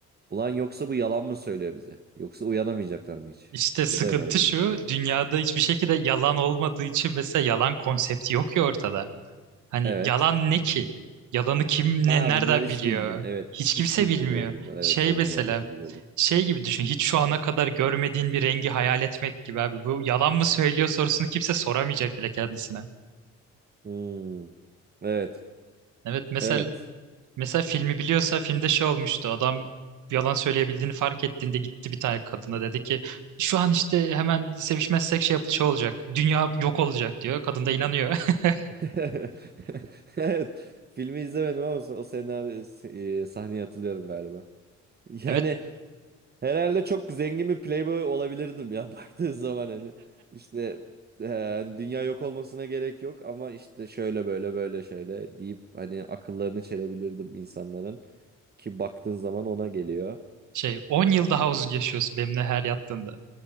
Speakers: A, on the right (about 30°); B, on the right (about 80°).
A: Ulan yoksa bu yalan mı söylüyor bize? Yoksa uyanamayacaklar mı hiç?
B: İşte sıkıntı
A: Bu da önemli
B: şu,
A: bir nokta.
B: dünyada hiçbir şekilde yalan olmadığı için mesela yalan konsepti yok ya ortada. Hani
A: Evet.
B: yalan ne ki? Yalanı kim
A: Ha
B: ne nereden
A: bunlar hiç
B: biliyor?
A: bildim. Evet.
B: Hiç
A: Hiç
B: kimse
A: bildirmiyoruz
B: bilmiyor.
A: bunlar. Evet.
B: Şey
A: O
B: mesela,
A: dünyadaki gibi oluyor.
B: şey gibi düşün. Hiç şu ana kadar görmediğin bir rengi hayal etmek gibi abi. Bu yalan mı söylüyor sorusunu kimse soramayacak bile kendisine.
A: Hmm, evet.
B: Evet mesela
A: Evet.
B: mesela filmi biliyorsa filmde şey olmuştu. Adam yalan söyleyebildiğini fark ettiğinde gitti bir tane kadına dedi ki şu an işte hemen sevişmezsek şey, yap- şey olacak. Dünya yok olacak diyor. Kadın da inanıyor. <laughs>
A: <laughs> Evet. Filmi izlemedim ama so, o senaryo e, sahneye hatırlıyorum galiba. <laughs> Yani
B: Evet
A: herhalde çok zengin bir playboy olabilirdim ya <laughs> baktığın zaman hani işte e, hani dünya yok olmasına gerek yok ama işte şöyle böyle böyle şöyle deyip hani akıllarını çelebilirdim insanların ki baktığın zaman ona geliyor.
B: şey 10 yıl daha uzun yaşıyorsun benimle her yattığında.